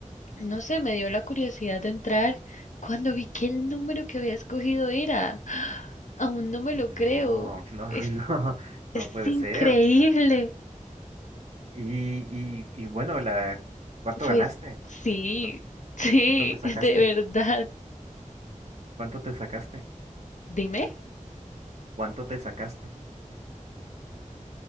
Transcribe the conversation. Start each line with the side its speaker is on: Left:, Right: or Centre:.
Left: no sé, me dio la curiosidad de entrar cuando vi que el número que había escogido era, <gasps> aún no me
Right: No,
Left: lo creo,
Right: no, <laughs>
Left: es,
Right: no, no
Left: es
Right: puede
Left: increíble,
Right: ser. Y, y, y bueno, la, ¿cuánto ganaste?
Left: pues sí,
Right: ¿Cuánto,
Left: sí,
Right: cuánto te sacaste?
Left: <laughs> de verdad.
Right: ¿Cuánto te sacaste?
Left: Dime.
Right: ¿Cuánto te sacaste?